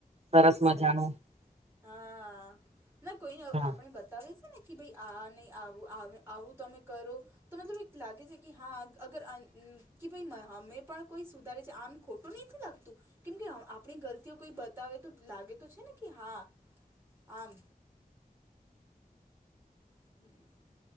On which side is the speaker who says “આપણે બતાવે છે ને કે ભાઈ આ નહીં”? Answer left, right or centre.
Right